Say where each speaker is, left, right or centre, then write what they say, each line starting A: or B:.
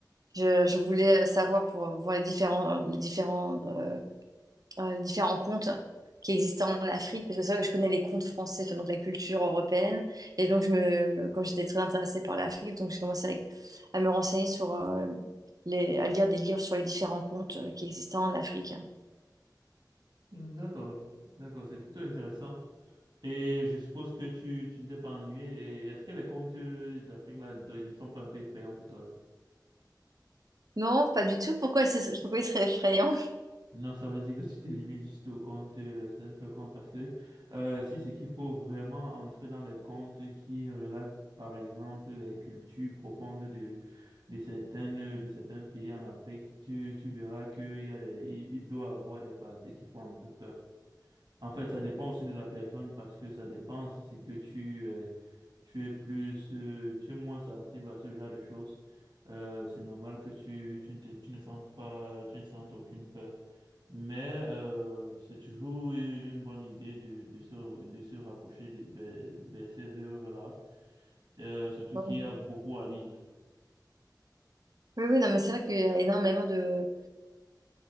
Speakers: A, on the right (about 55°); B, on the right (about 75°).
A: je, je voulais savoir pour voir les différents, les différents euh, euh, différents contes qui existaient en Afrique, parce que c'est vrai que je connais les contes français, enfin, donc la culture européenne. Et donc, je me, comme j'étais très intéressée par l'Afrique, donc j'ai commencé à, à me renseigner sur euh, les, à lire des livres sur les différents contes euh, qui existaient en Afrique.
B: Hmm, D'accord, d'accord, c'est plutôt intéressant. Et je suppose que tu, tu ne t'es pas ennuyé. Et est-ce que les contes euh, d'Afrique là ne te- ne sont pas un peu effrayants pour toi?
A: Non, pas du tout. Pourquoi, ce- pourquoi il serait effrayant?
B: Non, ça veut dire que tu te limites juste aux comptes, euh, les simples comptes, parce que euh, si c'est qu'il faut vraiment entrer dans les comptes qui relatent, par exemple, les cultures profondes de, de certaines, de certains pays en Afrique, tu, tu verras qu'il y a des, il, il doit avoir des parties qui font un peu peur. En fait, ça dépend aussi de la personne, parce que ça dépend si c'est que tu, euh, tu es plus, euh, tu es moins sensible à ce genre de choses. Euh, c'est normal que tu, tu ne te- tu ne sentes pas, tu ne sentes aucune peur. Mais euh, c'est toujours une bonne idée de, de se, de se rapprocher de, vers, vers ces œuvres-là, Euh, surtout
A: Ouais.
B: qu'il y a beaucoup à lire.
A: Oui, oui, non, mais c'est vrai qu'il y a énormément de,